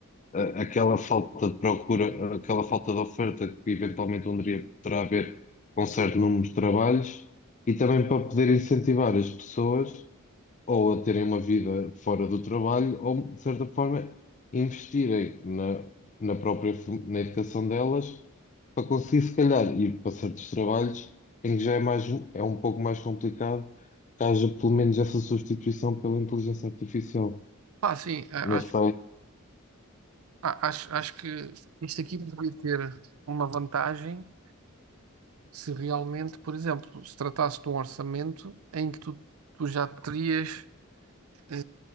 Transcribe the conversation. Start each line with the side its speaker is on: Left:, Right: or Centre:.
Left: eh, aquela falta de procura, aquela falta de oferta que eventualmente um dia poderá haver com certo número de trabalhos e também para poder incentivar as pessoas ou a terem uma vida fora do trabalho, ou, de certa forma, investirem na, na própria fam- na educação delas para conseguir, se calhar, ir para certos trabalhos em que já é mais, um- é um pouco mais complicado que haja, pelo menos, essa substituição pela inteligência artificial.
Right: Pá, sim, a-
Left: Não
Right: acho,
Left: sei.
Right: a- acho, acho que isto aqui poderia ter uma vantagem se realmente, por exemplo, se tratasse de um orçamento em que tu, tu já terias eh,